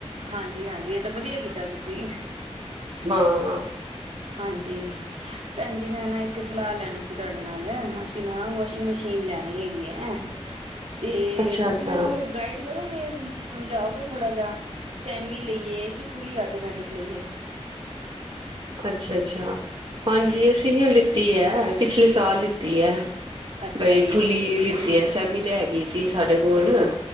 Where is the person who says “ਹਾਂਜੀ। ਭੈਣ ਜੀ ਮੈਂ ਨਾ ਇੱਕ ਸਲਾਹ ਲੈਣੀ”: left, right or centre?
Right